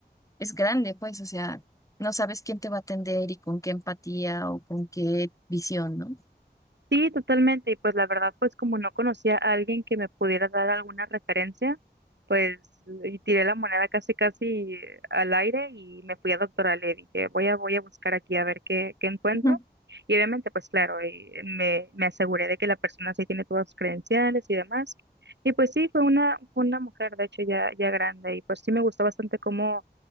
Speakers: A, on the left (about 20°); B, on the right (about 85°).
A: es grande, pues, o sea, no sabes quién te va a atender y con qué empatía o con qué visión, ¿no?
B: Sí, totalmente. Y pues la verdad, pues como no conocía a alguien que me pudiera dar alguna referencia, pues y tiré la moneda casi casi al aire y me fui a doctoral. Le dije, voy a, voy a buscar aquí a ver qué, qué encuentro.
A: Ujú,
B: Y obviamente, pues claro, y me, me aseguré de que la persona sí tiene todas sus credenciales y demás. Y pues sí, fue una, fue una mujer, de hecho, ya, ya grande. Y pues sí me gustó bastante cómo